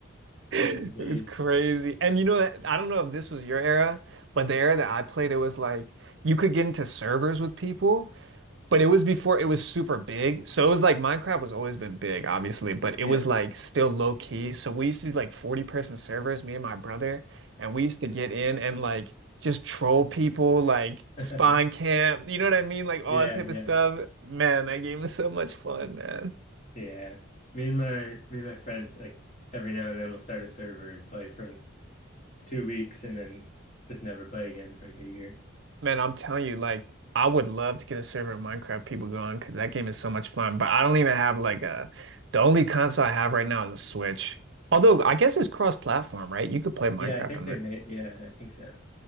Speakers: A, on the right; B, on the left.
A: <laughs> It
B: Those are the days.
A: was crazy. And you know that I don't know if this was your era, but the era that I played, it was like you could get into servers with people but it was before it was super big. So it was like Minecraft was always been big, obviously, but it
B: Yeah.
A: was like still low key. So we used to do like 40 person servers, me and my brother, and we used to get in and like just troll people, like
B: <laughs>
A: spawn camp, you know what I mean? Like all
B: Yeah,
A: that type
B: yeah.
A: of stuff. Man, that game was so much fun, man.
B: Yeah. Me and my me and my friends like every now and then we'll start a server and play for like two weeks and then just never play again for like a year.
A: Man, I'm telling you, like I would love to get a server of Minecraft people going because that game is so much fun. But I don't even have like a the only console I have right now is a Switch. Although I guess it's cross-platform, right? You could play Minecraft
B: Yeah, I think
A: on
B: they made yeah, I think so.